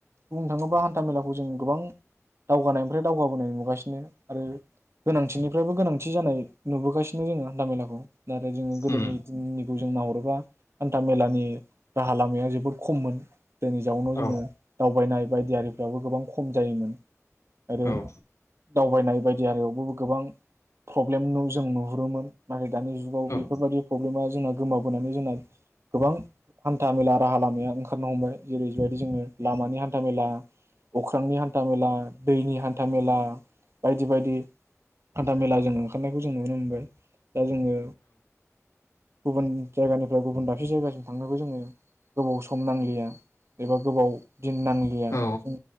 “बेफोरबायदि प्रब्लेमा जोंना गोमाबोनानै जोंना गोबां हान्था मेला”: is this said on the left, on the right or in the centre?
Right